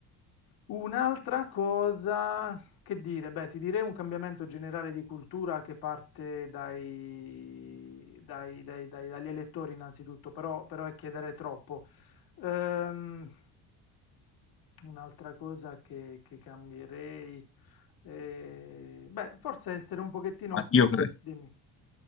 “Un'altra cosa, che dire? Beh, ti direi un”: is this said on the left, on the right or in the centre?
Left